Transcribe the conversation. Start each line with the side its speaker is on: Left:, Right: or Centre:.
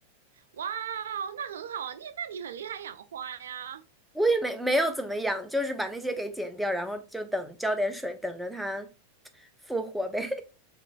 Right: 哇哦那很好啊，你那你很厉害养花呀。
Centre: 我也没没有怎么养，就是把那些给剪掉，然后就等浇点水，等着它复活呗。